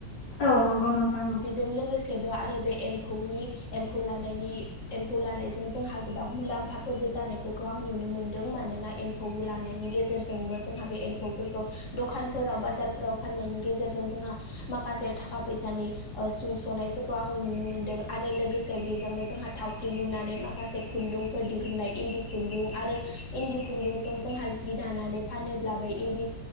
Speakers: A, on the left; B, on the left.
A: औ नंगौ नोंथां औ।
B: बेजों लोगोसेबो आरो बे एम्फौनि एम्फौ लानायनि एम्फौ लानायजों जोंहा गोबां मुलाम्फाफोरबो जानायफोरखौ आं नुनो मोनदों मानोना एम्फौ लानायनि गेजेरजोंबो जोंहा बे एम्फौफोरखौ दखानफोरा बाजारफोराव फाननायनि गेजेरजों जोंहा माखासे थाखा फैसानि ओ सुंसनाइ नुनो मोनदों आरो लोगोसे बेजोंनो जोंहा थावख्रि लुनानै माखा से खुन्दुंफोर दिहुननाय इन्दि आरो इन्दि खुन्दुंजों जोंहा जि दानानै फानोब्लाबो इन्दि